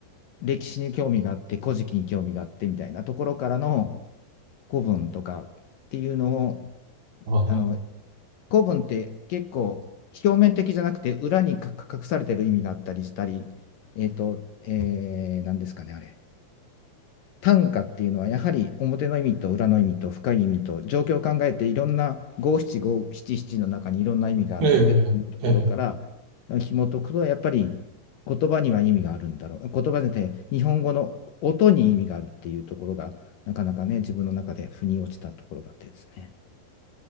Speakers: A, on the left; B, on the right.
A: 歴史に興味があって、古事記に興味があってみたいなところからの古文とかっていうのを、
B: ああ、
A: あの古文って結構表面的じゃなくて裏にか隠されてる意味があったりしたり、えっと、えー、何ですかね、あれ。短歌っていうのはやはり表の意味と裏の意味と深い意味と状況を考えていろんな五七五七七の中にいろんな意味があるのでっていうところから
B: ええ、え
A: 紐解くとやっぱり言葉には意味があるんだろう言葉で日本語の音に意味があるっていうところがなかなかね自分の中で腑に落ちたところがあってですね。